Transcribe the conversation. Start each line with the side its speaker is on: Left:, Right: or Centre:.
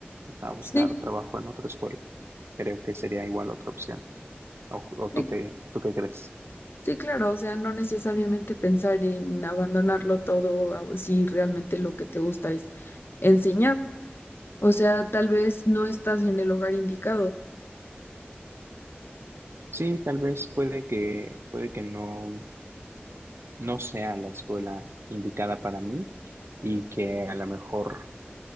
Right: O sea, buscar
Left: sí,
Right: trabajo en otra escuela. Creo que sería igual otra opción. ¿O, o tú
Left: sí,
Right: qué, tú qué crees?
Left: sí, claro, o sea, no necesariamente pensar en abandonarlo todo, a- si realmente lo que te gusta es enseñar. O sea, tal vez no estás en el hogar indicado.
Right: Sí, tal vez puede que, puede que no, no sea la escuela indicada para mí y que a lo mejor